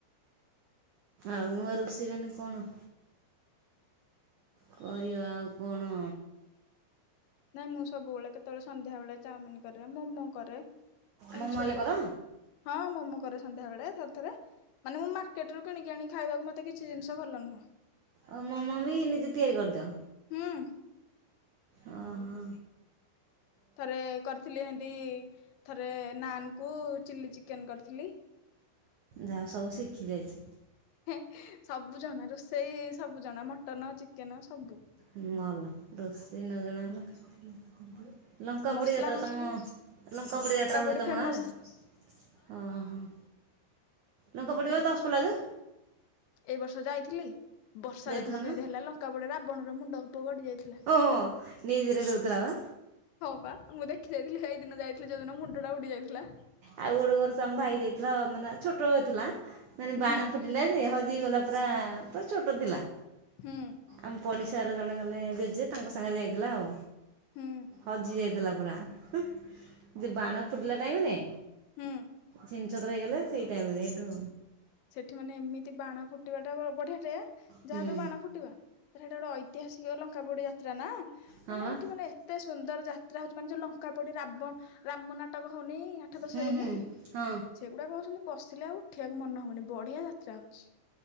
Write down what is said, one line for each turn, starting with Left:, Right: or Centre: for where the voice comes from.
Right: ଆଉ ନୂଆ ରୋଷେଇ ମାନେ କଣ? କରିବା ଆଉ କଣ?
Left: ନାଇଁ ମୁଁ ସବୁବେଳେ କେତେବେଳେ ସନ୍ଧ୍ୟାବେଳେ ଚାଉମିିନ କରେ, ମୋମୋ କରେ ଏମିତି
Right: ମୋମୋ
Left: ସବୁ
Right: ହେଲେ
Left: କରେ।
Right: କର
Left: ହଁ ମୋମୋ କରେ ସନ୍ଧ୍ୟା ବେଳେ ଥରେ ଥରେ। ମାନେ ମୁଁ ମାର୍କେଟ୍ ରୁ କିଣିକି ଆଣି ଖାଇବାକୁ ମୋତେ କିଛି ଜିନିଷ ଭଲ ନୁହଁ।
Right: ଓ ମୋମ ବି ନିଜେ ତିଆରି କରିଦିଅ?
Left: ହୁଁ।
Right: ଓ, ହଁ।
Left: ଥରେ କରିଥିଲି ଏମତି ଥରେ ନାନ୍ କୁ ଚିଲ୍ଲି ଚିକେନ୍ କରିଥିଲି।
Right: ଯା ହଉ ସବୁ ଶିଖି ଯାଇଛ।
Left: ହେ ସବୁ ଜଣା ରୋଷେଇ ସବୁ ଜଣା ମଟନ୍, ଚିକେନ୍ ସବୁ।
Right: ହୁଁ, ଭଲ ରୋଷେଇ ନ ଜଣାହେଲେ ଲଙ୍କା
Left: ମସଲା
Right: ପୁଡ଼ି ଯାତ୍ରା
Left: ମସଲି
Right: ତୋମ ଲଙ୍କା ପୁଡ଼ି ଯାତ୍ରା ହୁଏ
Left: ପୋଡି
Right: ତୋମ
Left: ଫେମସ
Right: ଗାଁ ରେ? ହଁ, ହଁ ଲଙ୍କା ପଡିବ ଦଶ ପିଲା ଯେ
Left: ଏଇ ବର୍ଷ ଯାଇଥିଲି ବର୍ଷା
Right: ଯାଇଥିଲ
Left: ଦେଖୁନ
Right: ନା
Left: କେମିତି ହେଲା ଲଙ୍କା ପୋଡ଼ି ରାବଣର ମୁଣ୍ଡ ବ-ଗଡି ଯାଇଥିଲା।
Right: ଓ ହୋ ହୋ ନ୍ୟୁଜ୍ ରେ ଦଉଥିଲା ବା।
Left: ହଁ ବା ମୁଁ ଦେଖି ଯାଇଥିଲି ସେଇ ଦିନ ଯାଇଥିଲି ଯୋଉଦିନ ମୁଣ୍ଡ ଟା ଉଡି ଯାଇଥିଲା।
Right: ଆଉ ଗୋଟେ ବର୍ଷ ଆମ ଭାଇ ଯାଇଥିଲା ଅ, ମାନେ ଛୋଟ ହେଇଥିଲା। ମାନେ
Left: ହୁଁ
Right: ବାଣ ଫୁଟ ଲା ଯେ ହଜିଗଲା ପୁରା ପୁରା ଛୋଟ ଥିଲା।
Left: ହୁଁ।
Right: ଆମ ପଡ଼ିଶାର ଜଣେ ଗଲେ ଜେଜେ ତାଙ୍କ ସାଙ୍ଗରେ ଯାଇଥିଲା ଆଉ।
Left: ହୁଁ
Right: ହଜି ଯାଇଥିଲା ପୁରା, ଯୋଉ ବାଣ ଫୁଟିଲା ଟାଇମ୍ ରେ।
Left: ହୁଁ।
Right: ଛିନଚତ୍ର ହେଇଗଲେ। ସେଇ ଟାଇମ୍ ରେ ଏଠୁ
Left: ସେଠି ମାନେ ଏମିତି ବାଣ ଫୁଟିବା ଟା ବ-ବଢିଆ ଟେ
Right: ହୁଁ
Left: ଯାହା ତ ବାଣ ଫୁଟିବା। ତ ସେଟା ଗୋଟେ ଐତିହାସିକ ଲଙ୍କାପୋଡି ଯାତ୍ରା ନା।
Right: ହଁ
Left: ମାନେ
Right: ବା
Left: ସେଠି ମାନେ ଏତେ ସୁନ୍ଦର ଯାତ୍ରା ହଉଚି ମାନେ ଯୋଉ ଲଙ୍କା ପଡି ରାବଣ ରାମ ନାଟକ ହଉନି। ଆ ଆଠ ଦଶ
Right: ହୁଁ
Left: ଦିନି
Right: ହୁଁ ହଁ
Left: ସେଗୁଡାକ କହୁଛନ୍ତି ବସିଲେ ଆଉ ଉଠିବାକୁ ମନ ହବନି ବଢିଆ ଯାତ୍ରା ହଉଛି।